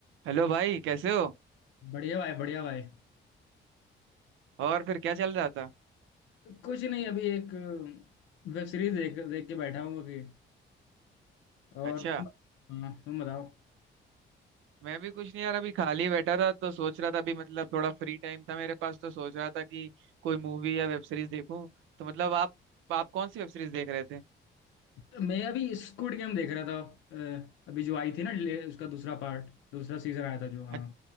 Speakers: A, on the right; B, on the left.
A: Hello भाई कैसे हो
B: बढ़िया भाई बढ़िया भाई
A: और फिर क्या चल रहा था
B: कुछ नहीं अभी एक वेब सीरीज देख देख के बैठा हूँ अभी और
A: अच्छा
B: तुम हाँ, तुम बताओ
A: मैं भी कुछ नहीं यार अभी खाली बैठा था तो सोच रहा था अभी मतलब थोड़ा फ्री टाइम था मेरे पास तो सोच रहा था कि कोई मूवी या वेब सीरीज देखूं तो मतलब आप आप कौन सी वेब सीरीज देख रहे थे
B: तो मैं अभी स्क्विड गेम देख रहा था अ, अभी जो आई थी ना ले- उसका दूसरा पार्ट दूसरा सीजन आया था जो हाँ
A: अच-